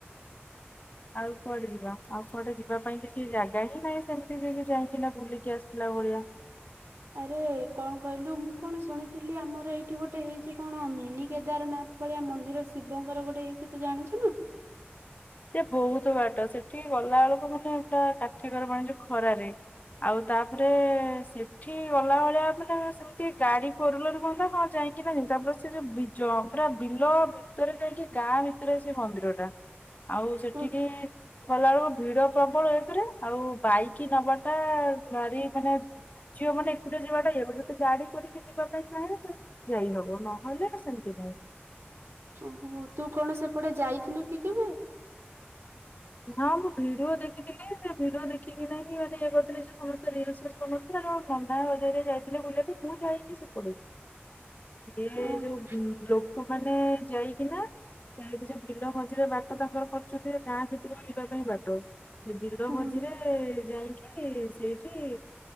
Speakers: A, on the left; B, on the right.
A: ଆଉ କୁଆଡେ ଯିବା ଆଉ କୁଆଡେ ଯିବା ପାଇଁ କିଛି ଜାଗା ହିଁ ନାହିଁ ସେମିତିକି ଯାଇକି ନା ବୁଲିକି ଆସିଲା ଭଳିଆ।
B: ଆରେ କଣ କହିଲୁ ମୁଁ କଣ ଶୁଣିଥିଲି ଆମର ଏଇଠି ଗୋଟେ ହେଇଛି କଣ ମିନି କେଦାରନାଥ ଭଳିଆ ମନ୍ଦିର ଶିବଙ୍କର ଗୋଟେ ହେଇଛି ତୁ ଜାଣିଛୁ ନା।
A: ସେ ବହୁତ ବାଟ ସେଠିକି ଗଲା ବେଳକୁ ମାନେ ପୁରା କାଠିିକର ପାଣି ଯୋଉ ଖରାରେ। ଆଉ ତାପରେ ସେଠି ଗଲା ଭଳିଆ ମାନେ ଗୋଟେ ଗାଡି ଫୋର ହିଲର ହୁଅନ୍ତା ହଁ ଯାଇକି ନା ଯୁ ତାପରେ ସେ ଯୋବରା ବିଲ ଭିତରେ ଯାଇକି ଗାଁ ଭିତରେ ସେ ମନ୍ଦିରଟା। ଆଉ ସେଠିକି
B: ଉଁ
A: ଗଲା ବେଳକୁ ଭିଡ ପ୍ରବଳ ଏକେରେ ଆଉ ବାଇକି ନବାଟା ଭାରି ମାନେ ଝିଅ ମାନେ ଏକୁଟିଆ ଯିବାଟା ଇଏକରିବ ତ ଗାଡି କରିକି ଯିବା ପାଇଁ ଚାହେଁ ତ ଯାଇ ହବ ନହେଲେ ସେମିତି ନାଇ।
B: ଓହୋ ତୁ କଣ ସେପଟେ ଯାଇଥିଲୁ କି କେବେ?
A: ନା ମୁଁ ଭିଡ଼ିଓ ଦେଖିଥିଲି ସେ ଭିଡ଼ିଓ ଦେଖିକିନାହିଁ ମାନେ ଇଏ କରିଥିଲେ ଯେ ସମସ୍ତେ ରିଲିସି <unintelligible> ନନା ହଜରିରେ ଯାଇଥିଲେ ବୁଲେଟେରେ ମୁଁ ଯାଇକି ସେପଟକୁ। ସିଏ
B: ଓହୋ
A: ଯୋଉ ଲୋକମାନେ ଯାଇକିନା ସେଠି ଯୋଉ ବିଲ ମଝିରେ ବାଟ ତାଙ୍କର କରୁଛନ୍ତି ଗାଁ ଭିତ ରହିବା ପାଇଁ ବାଟ ସେ ବିଲ
B: ହୁଁ
A: ମଝିରେ ଯାଇକି ସେଇଠି